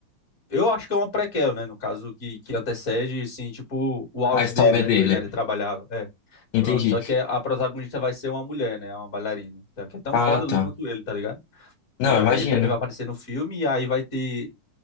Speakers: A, on the left; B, on the left.
A: Eu acho que é uma prequel, né? No caso, que, que antecede, assim, tipo, o auge
B: A história
A: dele, né?
B: dele.
A: Quando ele ainda trabalhava. É.
B: Entendi.
A: Pronto, só que a protagonista vai ser uma mulher, né? Uma bailarina, tá? que é tão
B: Ah,
A: foda ali
B: tá.
A: quanto ele, tá ligado?
B: Não,
A: E aí
B: imagino.
A: ele também vai aparecer no filme, e aí vai ter